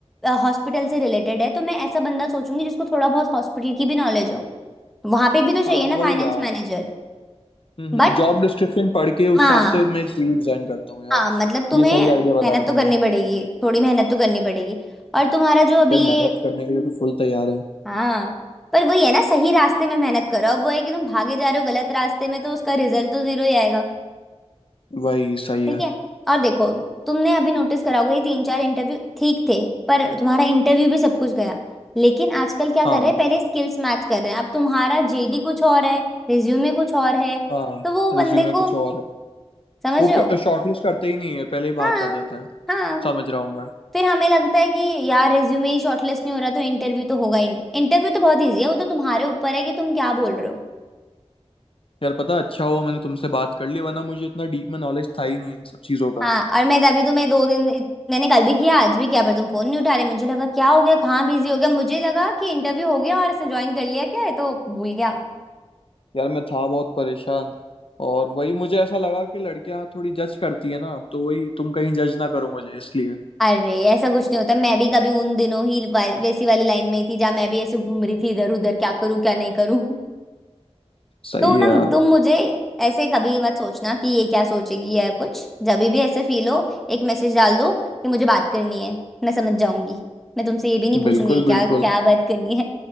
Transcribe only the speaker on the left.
हाँ
वही
यार
हम्म
जॉब डिस्क्रिप्शन पढ़ के उस
हिसाब से मैं एक सीवी डिजाइन करता हूँ यार
ये सही आइडिया
बताया
तुमने
यार मेहनत
करने के लिए तो फुल तैयार है
वही सही
है
हाँ
हाँ
रिज्यूमे
कुछ और है
वो
शॉर्टलिस्ट करते ही नहीं है पहले ही बाहर
कर देते हैं
समझ रहा हूँ मैं
यार पता है, अच्छा हुआ मैंने तुमसे बात कर ली वरना मुझे इतना डीप में नॉलेज था ही नहीं इन सब चीज़ों का
यार मैं था बहुत परेशान और वही मुझे ऐसा लगा कि लड़कियां थोड़ी जज करती है ना तो वही तुम कहीं जज ना करो मुझे इसलिए
सही
है
यार
बिल्कुल
बिल्कुल